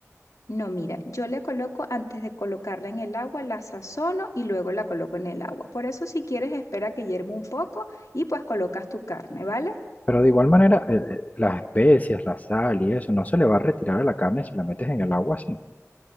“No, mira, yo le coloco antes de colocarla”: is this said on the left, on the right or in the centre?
Left